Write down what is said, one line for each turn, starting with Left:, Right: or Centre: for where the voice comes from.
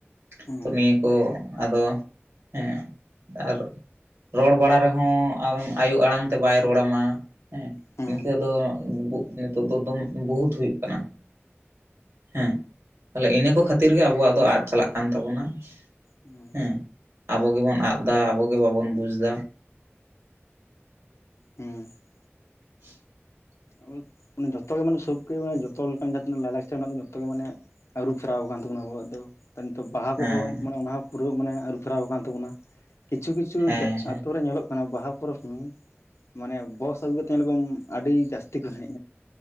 Right: ᱯ-ᱪᱚᱜ
Left: ᱦᱩᱸ
Right: ᱛᱚ ᱱᱤᱭᱟᱹ ᱠᱚ ᱟᱫᱚ ᱦᱮᱸ ᱟᱨ, ᱨᱚᱲ ᱵᱟᱲᱟ ᱨᱮᱦᱚᱸ ᱟᱭᱳ ᱟᱲᱟᱝ ᱛᱮ ᱵᱟᱭ ᱨᱚᱲᱟ ᱢᱟ ᱦᱮᱸᱦ,
Left: ᱦᱩᱸ
Right: ᱤᱱᱠᱟᱹ ᱫᱚ ᱵᱩᱜ ᱱᱤᱛᱚᱜ ᱫᱚ ᱫᱚᱢ ᱵᱩᱜ ᱵᱩᱦᱩᱛ ᱦᱩᱭᱩᱜ ᱠᱟᱱᱟ ᱾ ᱦᱩᱸ ᱛᱟᱦᱞᱮ ᱤᱱᱟᱹ ᱠᱚ ᱠᱷᱟᱹᱛᱤᱨ ᱜᱮ ᱟᱵᱚᱣᱟᱜ ᱫᱚ ᱟᱫ ᱪᱟᱞᱟᱜ ᱠᱟᱱ ᱛᱟᱵᱚᱱᱟ, ᱥᱩᱜ ᱾
Left: ᱦᱩᱸ
Right: ᱦᱮᱸ ᱟᱵᱚ ᱜᱮᱵᱚᱱ ᱟᱜ ᱫᱟ ᱟᱵᱚᱜᱮ ᱵᱟᱵᱚᱱ ᱵᱩᱡᱽ ᱫᱟ ᱾
Left: ᱦᱩᱸ ᱾
Right: ᱥᱩᱜ ᱾
Left: ᱟ-ᱳᱫ ᱾ ᱢᱟᱱᱮ ᱡᱚᱛᱚ ᱜᱮ ᱢᱟᱱᱮ ᱥᱚᱠᱨᱤᱭ ᱡᱚᱛᱚ ᱞᱮᱠᱟᱱ ᱡᱟᱦᱟᱸᱛᱤᱱᱟᱹᱜ ᱞᱟᱭᱼᱞᱟᱪᱟᱨ ᱢᱮᱱᱟᱜ ᱫᱚ ᱡᱚᱛᱚ ᱜᱮ ᱢᱟᱱᱮ ᱟᱹᱨᱩ ᱯᱷᱮᱨᱟᱣ ᱟᱠᱟᱱ ᱛᱟᱵᱚᱱᱟ ᱟᱵᱚᱣᱟᱜ ᱫᱚ ᱱᱤᱛᱚᱜ ᱵᱟᱦᱟ
Right: ᱦᱮᱸ
Left: ᱠᱚᱦᱚᱸ ᱢᱟᱱᱮ ᱚᱱᱟ ᱯᱩᱨᱟᱹ ᱢᱟᱱᱮ ᱟᱹᱨᱩ ᱯᱷᱮᱨᱟᱣ ᱟᱠᱟᱱ ᱛᱟᱵᱚᱱᱟ ᱾ ᱠᱤᱪᱷᱩ ᱠᱤᱪᱷᱩ
Right: ᱦᱮᱸ ᱦᱮᱸ
Left: ᱟᱛᱳ ᱨᱮ ᱧᱮᱞᱚᱜ ᱠᱟᱱᱟ ᱵᱟᱦᱟ ᱯᱚᱨᱚᱵᱽ ᱥᱚᱢᱚᱭ ᱢᱟᱱᱮ ᱵᱚᱥ ᱟᱹᱜᱩ ᱠᱟᱛᱮ ᱧᱮᱞ ᱠᱚᱢ ᱟᱹᱰᱤ ᱡᱟᱥᱛᱤ ᱠᱚ ᱮᱱᱮᱡ ᱾